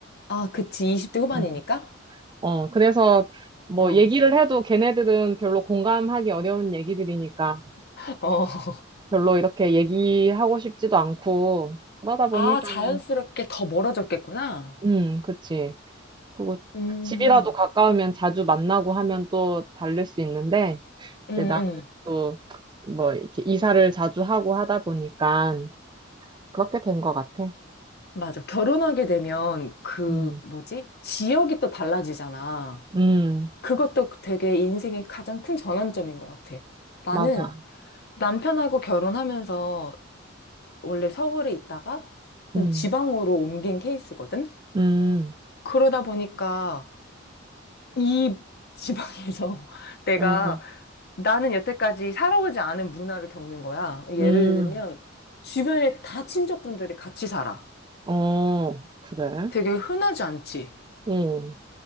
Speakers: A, on the left; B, on the right.
A: 아, 그치. 20대 후반이니까?
B: 음. 어, 그래서 뭐
A: 어. 어.
B: 얘기를 해도 걔네들은 별로 공감하기 어려운 얘기들이니까
A: <laughs>
B: 별로 이렇게 얘기하고 싶지도 않고 그러다 보니까는,
A: 아, 자연스럽게 더 멀어졌겠구나.
B: 음, 그치. 그리고
A: 음,
B: 집이라도 가까우면 자주 만나고 하면 또 다를 수 있는데
A: 음,
B: 이제 나는
A: 음.
B: 또 뭐 이렇게 이사를 자주 하고 하다 보니까 그렇게 된 것 같아.
A: 맞아. 결혼하게 되면 그,
B: 음,
A: 뭐지? 지역이 또 달라지잖아.
B: 음,
A: 그것도 되게 인생의 가장 큰 전환점인 것 같아. 나는
B: 맞아.
A: 남편하고 결혼하면서 원래 서울에 있다가 좀
B: 음,
A: 지방으로 옮긴 케이스거든?
B: 음,
A: 그러다 보니까 이 지방에서 <laughs> 내가
B: 어,
A: 나는 여태까지 살아오지 않은 문화를 겪는 거야. 예를
B: 음,
A: 들면 주변에 다 친척분들이 같이 살아.
B: 어, 그래.
A: 되게 흔하지 않지.
B: 음,